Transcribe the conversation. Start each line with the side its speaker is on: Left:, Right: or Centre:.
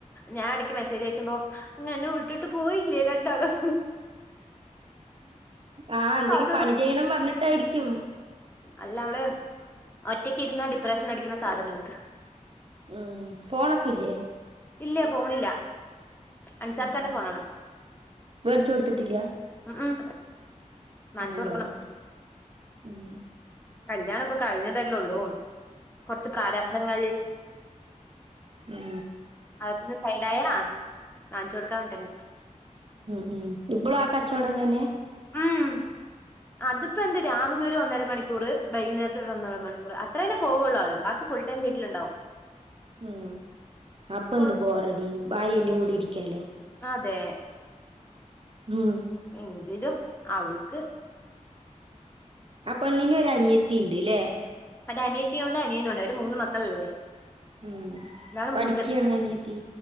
Left: ഞാൻ എടക്ക് മെസേജ് അയക്കുമ്പോ ങ്ങ് എന്നെ വിട്ടിട്ട് പോയില്ലേ രണ്ടാളും
Right: ആഹ്
Left: അപ്പൊ
Right: എന്തെങ്കിലും
Left: അതുകൊണ്ട്
Right: പണി ചെയ്യണം പറഞ്ഞിട്ടായിരിക്കും
Left: അല്ല അവള് ഒറ്റക്ക് ഇരുന്നാ ഡിപ്രഷൻ അടിക്കുന്ന സാധനാണ്
Right: ഉം ഫോണൊക്കെ ഇല്ലേ
Left: ഇല്ല ഫോണില്ല അൻസാർക്കാന്റെ
Right: ഉം
Left: ഫോണാണ്
Right: വേടിച്ച് കൊടുത്തിട്ടിലാ
Left: ഉം ഉം വാങ്ങിച്ചു
Right: അതെന്താത്
Left: കൊടുക്കണം
Right: ഉം
Left: കല്യാണം ഇപ്പ കഴിഞ്ഞതല്ലേ ഉള്ളൂ കൊറച്ച് പ്രാരാബ്ധങ്ങൾ
Right: ഉം
Left: അതൊക്കെ ഒന്ന് സൈഡ് ആയാ വാങ്ങിച്ച് കൊടുക്കാ വേണ്ടിട്ടാണ്
Right: ഉം ഉം ഇപ്പളും ആ കച്ചോടം തന്നെ
Left: ഉം അതിപ്പോ എന്ത് രാവിലെ ഒരു ഒന്നര മണി കൂറ് വൈകുനേരത്ത് ഒന്നരമണിക്കൂറ് അത്രന്നെ പോവുള്ളൂ ആള് ബാക്കി ഫുൾടൈം വീട്ടില്ണ്ടാവും
Right: ഉം അപ്പെന്ത്
Left: കുഴപ്പമില്ല
Right: ബോറടി ഭാര്യന്റെ കൂടെ ഇരിക്കാലൊ
Left: അതെ
Right: ഉം
Left: എങ്കിലും അവര്ക്ക്
Right: ആ പെണ്ണിന് ഒരനിയത്തി ണ്ട്ല്ലേ
Left: ഒരനിയത്തി ഉണ്ട് അനിയനുണ്ട് ഓര് മൂന്ന് മക്കളല്ലേ
Right: ഉം
Left: ന്നാലും
Right: പഠിക്കാണ്
Left: മൂത്ത
Right: അനിയത്തി